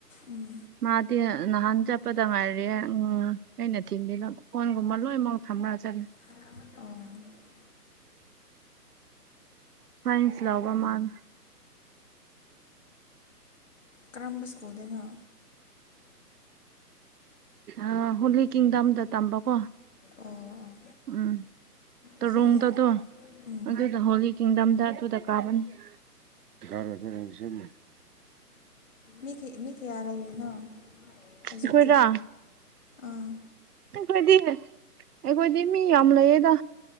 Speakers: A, on the left (about 50°); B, on the right (about 70°).
A: ꯎꯝ
B: ꯃꯥꯗꯤ ꯅꯍꯥꯟ ꯆꯠꯄꯗ ꯉꯥꯏꯔꯌꯦ ꯎꯝ ꯑꯩꯅ ꯊꯤꯟꯕꯤꯕ꯫ ꯃꯣꯏꯒꯨꯝꯕ ꯂꯣꯏꯅꯃꯛ ꯊꯝꯔ ꯆꯠꯂꯦ꯫
A: ꯑꯣ꯫
B: ꯁꯥꯟꯁ ꯂꯧꯕ ꯃꯥꯅ꯫
A: ꯀꯔꯝꯕ ꯁꯀꯨꯜꯗ ꯅꯣ꯫
B: ꯑꯥ ꯍꯣꯂꯤ ꯀꯤꯡꯗꯝꯗ ꯇꯝꯕꯀꯣ꯫
A: ꯑꯣ꯫ ꯑꯣ
B: ꯎꯝ꯫ ꯇꯔꯨꯡꯗꯗꯣ
A: ꯐꯩꯌꯦ ꯎꯝ
B: ꯑꯗꯨꯗ ꯍꯣꯂꯤ ꯀꯤꯡꯗꯝꯗ ꯑꯗꯨꯗ ꯀꯥꯕꯅꯤ꯫ <inaudible>
A: ꯃꯤꯒꯤ ꯃꯤ ꯀꯌꯥ ꯂꯩꯔꯤꯅꯣ ꯍꯧꯖꯤꯛꯇꯤ
B: ꯑꯩꯈꯣꯏꯔꯥ
A: ꯑꯥ꯫
B: ꯈꯣꯏꯗꯤ ꯑꯩꯈꯣꯏꯗꯤ ꯃꯤ ꯌꯥꯝ ꯂꯩꯌꯦꯗ꯫